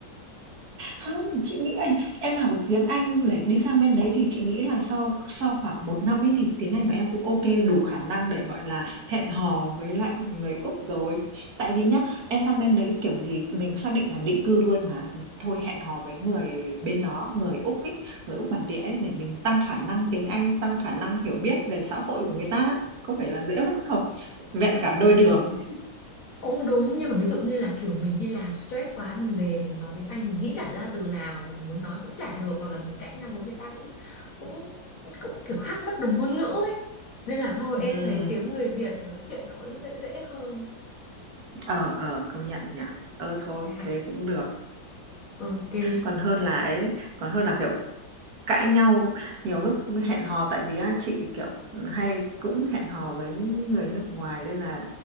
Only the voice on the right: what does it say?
Không, chị nghĩ ấy, em học được tiếng Anh để đi sang bên đấy thì chị nghĩ là sau sau khoảng một năm ấy thì tiếng Anh của em cũng OK, đủ khả năng để, gọi là, hẹn hò với lại người Úc rồi. Tại vì nhá, em sang bên đấy kiểu gì mình xác định là định cư luôn mà, thì thôi hẹn hò với người bên đó, người Úc ấy, người Úc bản địa ấy, để mình tăng khả năng tiếng Anh, tăng khả năng hiểu biết về xã hội của người ta Có phải là dễ hơn không? Vẹn cả đôi đường.
Ừm,
ờ, ờ, công nhận nhỉ? Ờ, thôi,
thế cũng được.
Còn hơn là ấy, còn hơn là, kiểu, cãi nhau, nhiều lúc hẹn hò tại vì á chị, kiểu, hay cũng hẹn hò với người nước ngoài nên là